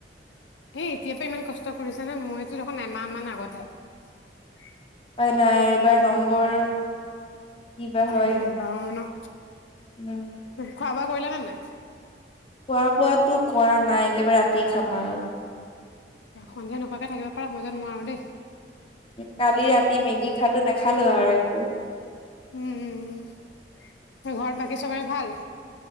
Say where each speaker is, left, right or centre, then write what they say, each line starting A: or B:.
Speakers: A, on the left; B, on the left.
A: এই এতিয়াৰ পৰা ইমান কষ্ট কৰিছা নে মই দেখোন এমাহ মান আগতহে
B: উপায় নাই এইবাৰ নম্বৰ কিবা
A: তেনেকুৱা
B: হয়
A: লাগিবা আৰু ন
B: উম
A: খোৱা বোৱা কৰিলা নে নাই?
B: খোৱা বোৱাতো কৰা নাই একেবাৰে ৰাতি খাম আৰু
A: সন্ধিয়া নোখোৱাকে থাকিব পাৰা মই যে নোৱাৰো দেই।
B: কালি ৰাতি মেগি খালো, নেখালো আৰু একো
A: উম ঘৰত বাকী চবৰে ভাল